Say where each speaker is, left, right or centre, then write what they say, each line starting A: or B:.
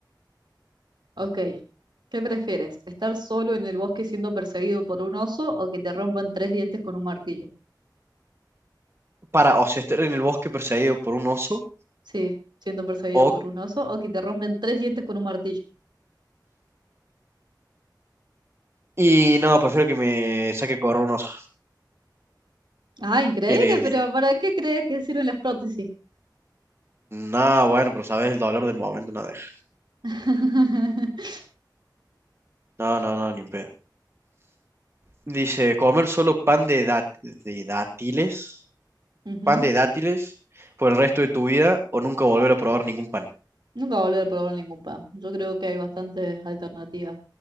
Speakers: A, on the right; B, on the right.
A: Ok. ¿Qué prefieres? ¿Estar solo en el bosque siendo perseguido por un oso o que te rompan tres dientes con un martillo?
B: Para, o sea, estar en el bosque perseguido por un oso
A: Sí, siendo perseguido
B: o
A: por un oso o que te rompan tres dientes con un martillo.
B: Y no, prefiero que me saque correr un oso.
A: Ah, increíble,
B: ¿Qué quiere que te
A: pero
B: diga?
A: ¿para qué crees que sirven las prótesis?
B: No, bueno, pero sabes, el dolor del momento no deja.
A: <laughs>
B: No, no, no, ni en pedo. Dice, comer solo pan de, dát- de dátiles,
A: Ujú.
B: pan de dátiles por el resto de tu vida o nunca volver a probar ningún pan.
A: Nunca volver a probar ningún pan. Yo creo que hay bastantes alternativas